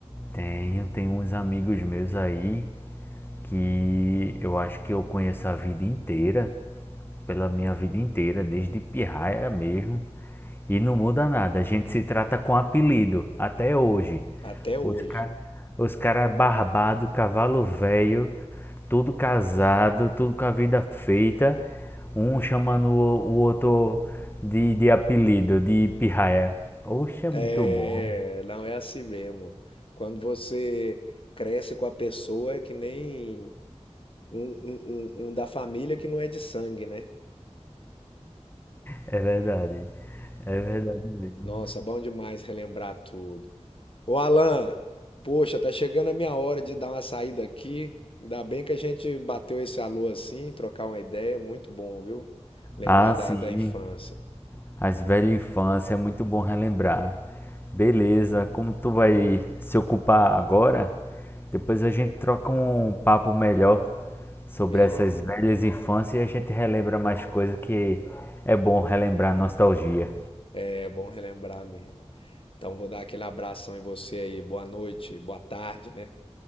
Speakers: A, on the left; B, on the left.
A: Tenho, tenho uns amigos meus aí que eu acho que eu conheço a vida inteira, pela minha vida inteira, desde pirraia mesmo, e não muda nada. A gente se trata com apelido até hoje.
B: Até hoje.
A: Os caras os cara barbado, cavalo velho, tudo casado, tudo com a vida feita, um chamando o, o outro de, de apelido, de pirraia. Oxe, é
B: É,
A: muito bom.
B: não é assim mesmo. Quando você cresce com a pessoa, é que nem um, um um- um da família que não é de sangue, né?
A: É verdade, é verdade mesmo.
B: Nossa, bom demais relembrar tudo. Ô Alan, poxa, tá chegando a minha hora de dar uma saída aqui. Ainda bem que a gente bateu esse alô assim, trocar uma ideia, muito bom, viu? Lembrar
A: Ah,
B: da,
A: sim.
B: da infância.
A: As velhas infância, é muito bom relembrar. Beleza, como tu vai se ocupar agora? Depois a gente troca um papo melhor sobre
B: Beleza,
A: essas velhas infâncias e a gente relembra mais coisas que é bom relembrar nostalgia.
B: é bom relembrar mesmo. Então vou dar aquele abração em você aí. Boa noite, boa tarde, né?